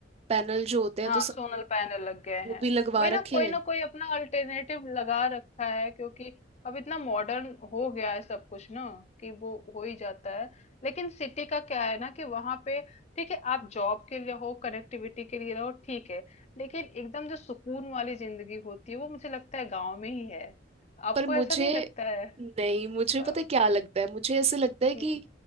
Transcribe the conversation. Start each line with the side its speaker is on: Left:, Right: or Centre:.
Right: पैनल जो होते हैं
Left: हाँ
Right: तो सबने
Left: सोलर पैनल लग गए
Right: वो
Left: हैं
Right: भी लगवा
Left: वही ना
Right: रखे
Left: कोई
Right: हैं
Left: ना कोई अपना अल्टरनेटिव लगा रखा है क्योंकि अब इतना मॉडर्न हो गया है सब कुछ ना कि वो हो ही जाता है लेकिन सिटी का क्या है ना कि वहां पे ठीक है आप जॉब के लिए हो कनेक्टिविटी के लिए रहो ठीक है लेकिन एकदम जो सुकून वाली जिंदगी होती है वो मुझे लगता है गांव में ही है आपको
Right: पर मुझे
Left: ऐसा नहीं लगता है
Right: नहीं मुझे
Left: हाँ
Right: पता है क्या लगता है मुझे ऐसे लगता है कि
Left: हम्म